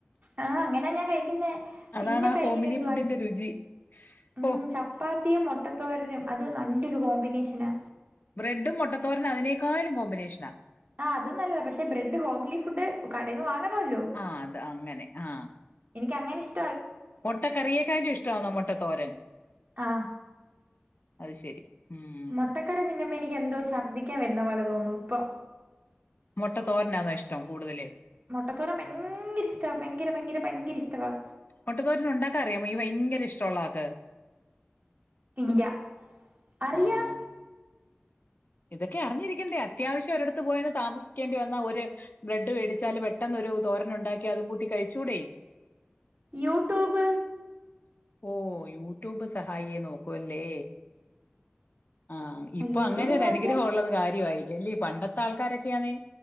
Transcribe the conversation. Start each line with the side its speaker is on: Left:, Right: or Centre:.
Right: ആഹാ അങ്ങാനേയാ ഞാൻ കയിക്ക്ന്നേ
Left: അതാണ്
Right: പിന്നെ
Left: ആ
Right: കയിക്ക്ന്നേ
Left: ഹോമിലി
Right: എന്തുവാ
Left: ഫുഡിന്റെ രുചി.
Right: ഉം
Left: ഓ
Right: ച പ്പാത്തിയും മൊട്ടത്തോരനും അത് നല്ലൊര് കോമ്പിനേഷനാ
Left: ബ്രെഡും മൊട്ടത്തോരനും അതിനേക്കാളും കോമ്പിനേഷനാ
Right: ആഹ് അത് നല്ലതാ പക്ഷെ ബ്രെഡ് ഹോംലി ഫുഡ് കടെന്ന് വാങ്ങണം അല്ലോ
Left: ആഹ് അതാ അങ്ങനെ ആഹ്
Right: എനിക്ക് അങ്ങാനെ ഇഷ്
Left: മൊട്ട കറിയേക്കാലും ഇഷ്ട്യാന്നേ മൊട്ട തോരൻ
Right: ആ
Left: അത് ശരി ഉം
Right: മൊട്ടക്കറി തിന്ന്മ്പോ എനിക്ക് എന്തോ ഛർദിക്കൻ വെര്ന്നാ പോലെ തോന്നു ഇപ്പൊ
Left: മൊട്ട തോരന്നോ ഇഷ്ടം കൂട്താല്
Right: മൊട്ടത്തോരൻ ഭയങ്കര ഇഷ്ട്യവാ ഭയങ്കര ഭയങ്കര ഭയങ്കര ഇഷ്ട്യവാ
Left: മൊട്ടാതോരൻ ഒണ്ടാക്കാൻ അറിയാമോ ഈ ഭയങ്കര ഇഷ്ടെള്ളാ ആക്ക്
Right: ഇല്ല അറിയാം
Left: ആഹ് ഇതാക്കെ അറിഞ്ഞിരിക്കേണ്ടേ അത്യാവിശ്യം ഒരാടാത്ത് പോയാല് താമസിക്കേണ്ടി വന്നാ ഒര് ബ്രെഡ് മേടിച്ചാല് പെട്ടെന്നൊര് തോരന് ഒണ്ടാക്കി അതും കൂട്ടി കയിച്ചൂടേ
Right: യൂട്യൂബ്
Left: ഓ യൂട്യൂബ് സഹായിയേ നോക്കു അല്ലേ ആഹ് ഇപ്പൊ
Right: യൂട്യൂബിൽ
Left: അങ്ങനെ ഒര്
Right: നോക്കിയ
Left: അനുഗ്രഹം ഒള്ളത് കാര്യമായി അല്ലേ പണ്ടത്തെ ആൾക്കാരൊക്കെയാന്നെ